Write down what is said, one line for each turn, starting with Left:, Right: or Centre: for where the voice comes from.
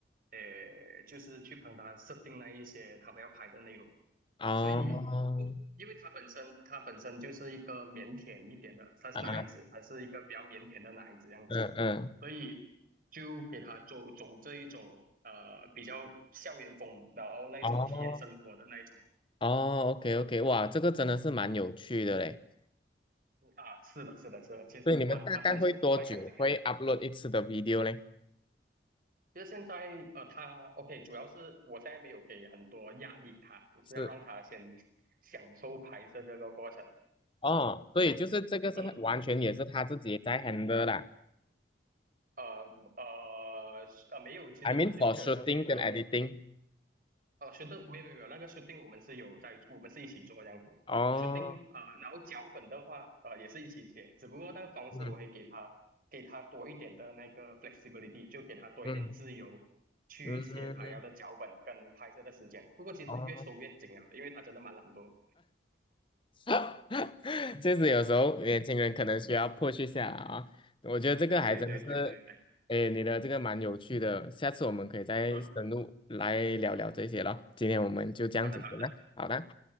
Right: 呃，就是去帮他设定那一些他们要拍的内容。
Left: 哦，
Right: 所以，嗯因为他本身他本身就是一个腼腆一点的，他是男孩子，
Left: 啊，
Right: 他是一个比较腼腆的男孩子样子。
Left: 嗯嗯，
Right: 所以就给他走走这一种呃比较校园风，然后那种体验生活的那一种
Left: 哦哦，OK OK，哇，这个真的是蛮有趣的嘞。
Right: 啊，是的，是的，是的，其实蛮蛮蛮蛮开心的。
Left: 所以你们大概会多久会 upload 一次的 video 嘞？
Right: 其实现在呃，他 OK，主要是我现在没有给很多压力他，我是要让他先
Left: 是，
Right: 享受拍摄这个过程。
Left: 哦，所以就是这个是完全也是他自己在
Right: 嗯，
Left: handle 啦。
Right: 呃呃是呃，没有，其实我是有个
Left: I mean for shooting
Right: schedule，
Left: 跟 editing。
Right: 呃，是的没有没有没有那个 shooting 我们是有在，我们是一起做这样子。
Left: 哦，
Right: shooting 呃，然后脚本的话，呃，也是一起写，只不过那个方式我会给他给他多一点的那个
Left: 嗯
Right: flexibility，就给他多一点自由去写他要的脚本跟拍摄的时间。
Left: 嗯。嗯，
Right: 不过其实越收越紧啊，
Left: 哦，
Right: 因为他真的蛮懒惰。
Left: <laughs> 确实有时候年轻人可能需要 p u 下来啊。我觉得这个还真的是，
Right: 对对对对，
Left: 哎，你的这个蛮有趣的，下次我们可以再深入来聊聊这些了。
Right: 嗯，
Left: 今天我们就这样子先了，
Right: 好的好的
Left: 好的，